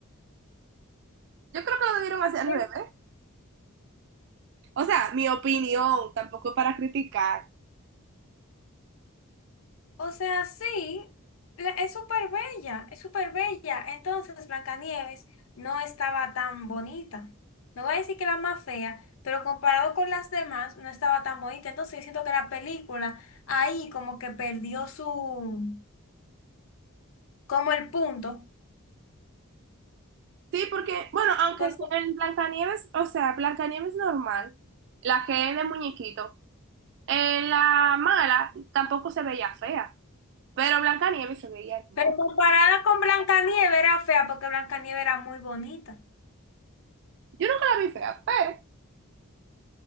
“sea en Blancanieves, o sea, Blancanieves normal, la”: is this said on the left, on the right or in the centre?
Right